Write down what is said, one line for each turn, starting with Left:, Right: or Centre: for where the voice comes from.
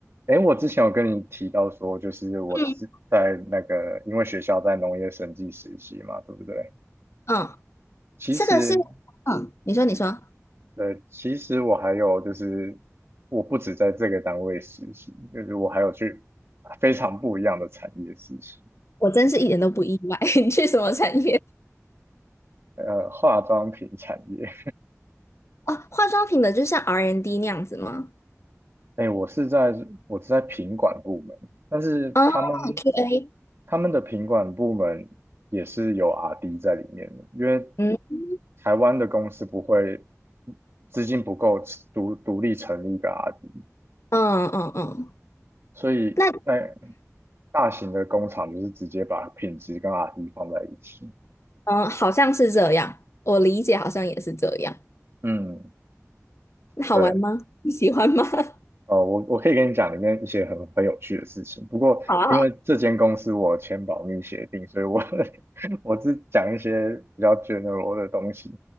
Right: 诶，我之前有跟你提到说，就是我是在那个，
Left: 嗯
Right: 因为学校在农业审计实习嘛，对不对？
Left: 嗯，
Right: 其实，
Left: 这个是，嗯，你说你说，
Right: 呃，其实我还有就是，我不止在这个单位实习，就是我还有去非常不一样的产业实习，
Left: 我真是一点都不意外。<laughs> 你去什么产业？
Right: 呃，化妆品产业。
Left: 哦，化妆品的，就像 R&D N 那样子吗？
Right: 哎，我是在我是在品管部门，但是他们
Left: 哦，QA，
Right: 他们的品管部门也是有 R&D 在里面的，因为
Left: 嗯
Right: 台湾的公司不会资金不够独独立成立一个 RD，
Left: 嗯嗯嗯，
Right: 所以那
Left: 那
Right: 大型的工厂就是直接把品质跟 RD 放在一起。
Left: 嗯，好像是这样，我理解好像也是这样。
Right: 嗯，
Left: 那好玩吗？
Right: 对，
Left: 你喜欢吗？<laughs>
Right: 哦，我我可以跟你讲里面一些很很有趣的事情，不过因为这间公司我签保密协定，
Left: 好啊好啊，
Right: 所以我 <laughs> 我只讲一些比较 general 的东西。